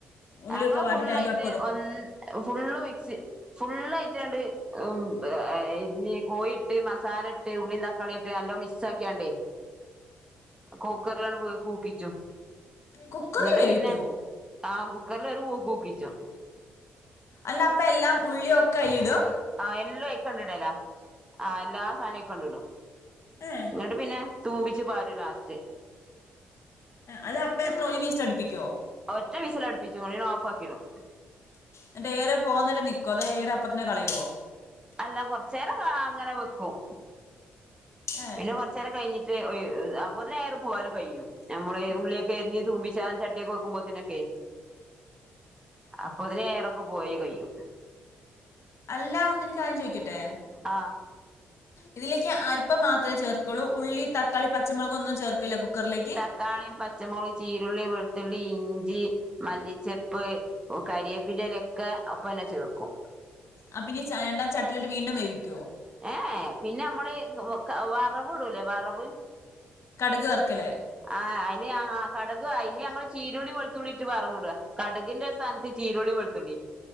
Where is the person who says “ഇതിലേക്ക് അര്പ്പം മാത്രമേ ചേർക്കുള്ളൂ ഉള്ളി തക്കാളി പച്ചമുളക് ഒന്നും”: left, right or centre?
Left